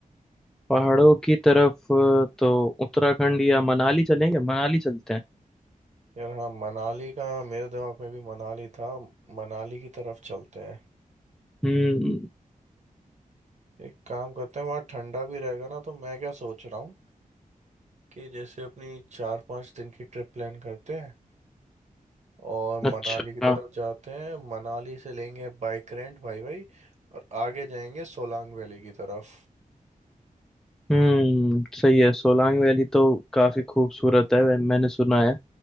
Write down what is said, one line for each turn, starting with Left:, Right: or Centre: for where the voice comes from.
Centre: पहाड़ों की तरफ तो उत्तराखंड या मनाली चलेंगे मनाली चलते हैं
Right: यार हाँ मनाली का मेरे दिमाग में भी मनाली था मनाली की तरफ चलते हैं
Centre: हम्म
Right: एक काम करते हैं वहाँ ठंडा भी रहेगा ना तो मैं क्या सोच रहा हूँ कि जैसे अपनी चार पांच दिन की ट्रिप प्लान करते हैं और
Centre: अच्छा
Right: मनाली की तरफ जाते हैं मनाली से लेंगे बाइक रेंट भाई भाई और आगे जाएंगे सोलांग वैली की तरफ
Centre: हम्म सही है सोलांग वैली तो काफी खूबसूरत है वै- मैंने सुना है